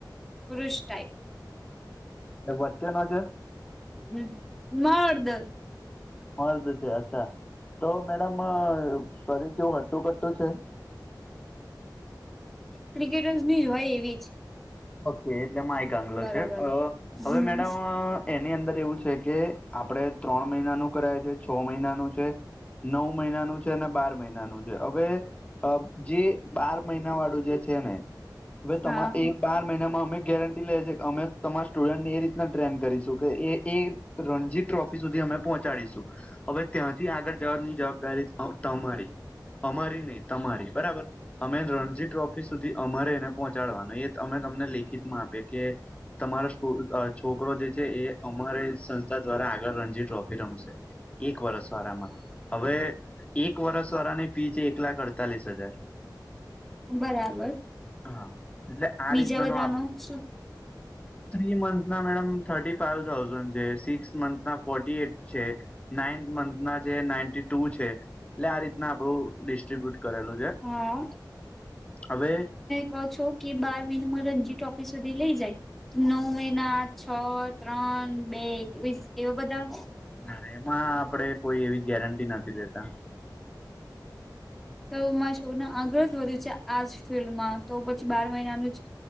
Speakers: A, in the centre; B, on the left.
A: પુરુષ ટાઈપ
B: વચ્ચે નો છે
A: હ મદૅ
B: મર્દ છે અચ્છા તો મેડમ શરીર કેવુ હટુ કટુ છે.
A: ક્રિકેટર્સ ની જ હોય એવી જ
B: ઓકે એટલે માય કાગલો
A: બરાબર
B: છે હવે
A: હમ
B: મેડમ એની અંદર એવું છે કે આપણે ત્રણ મહિનાનું કરાય છે છ મહિનાનું છે. નવ મહિનાનું છે અને બાર મહિનાનું છે હવે જે બાર મહિના વાળું જે છે ને હવે
A: હા
B: તમાર એ બાર મહિનામાં અમે ગેર લે છે તમારા સ્ટુડન્ટને એ ટ્રેન કરીશું કે એ એ રણજી ટ્રોફી સુધી અમે પહોંચાડીશું. હવે ત્યાંથી આગળ જવાની જવાબદારી તમારી. અમારી નહી તમારી બરાબર. અમે રણજી ટ્રોફી સુધી અમારે એને પહોંચાડવાનું એ અમે તમને લેખિત માં આપએ કે તમારા સ્તો છોકરો જે છે એ અમારે સંસ્થા દ્વારા આગળ રણજી ટ્રોફી રમશે. એક વરસ વારામાં. હવે એક વરષ વાળાની ફી છે એક લાખ અડતાલીસ હજાર.
A: બરાબર.
B: હા એટલે આ
A: બીજા
B: રીતના
A: બધા
B: ન નો આપ.
A: <unintelligible>
B: થ્રી મંથ ના મેડમ થર્ટી ફાઈવ થાઉઝન્ડ છે, સિક્સ મંથ ના ફોર્ટી એટ છે. નાઇન્ મંથ ના જે નાઇન્ટી ટુ એટલે આ રીતના આપણું ડિસ્ટ્રીબ્યુટ કરેલું છે.
A: હા
B: એલે અવે
A: કો છો કે બાર મહિનામાં રણજી ટ્રોફી સુધી લઈ જાય, નવ મહિના છ, ત્રણ, બે, એકવીસ એવા બધા
B: ના એમાં આપડે કોઈ એવી ગેરંટી નથી લેતા.
A: તો મારા છોકને આગળ જ વધ્યું છે આજ ફિલ્ડમાં તો પછી બાર મહિનાનું જ